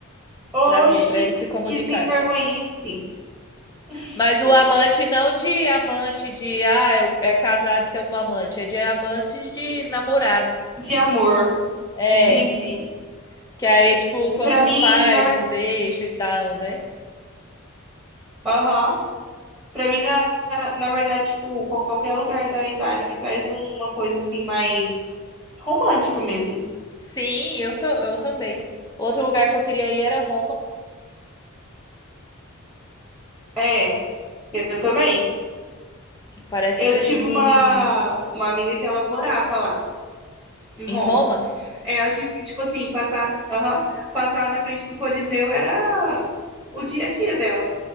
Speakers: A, in the centre; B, on the left (about 15°).
A: Oxi,
B: pra ver, pra eles se comunicarem.
A: que sem vergonhice <laughs>
B: Mas o amante não de amante de, ah, é, o- é casado e tem um amante, é de amantes de namorados.
A: de amor.
B: É.
A: Entendi.
B: Que aí é tipo quando
A: Pra
B: os
A: mim,
B: pais
A: na verdade,
B: não deixam e tal, né?
A: aham. Pra mim, na, na na verdade, tipo, qualquer lugar da Itália me traz uma coisa assim mais romântica mesmo.
B: Sim, eu, ta- eu também. Outro lugar que eu queria ir era Roma,
A: É, eu também.
B: que parece
A: Eu
B: ser
A: tive
B: muito
A: uma
B: bonito.
A: uma amiga que ela morava lá em Roma.
B: Em Roma?
A: É, Ela disse que tipo assim, passar, aham, passar na frente do Coliseu era o dia a dia dela.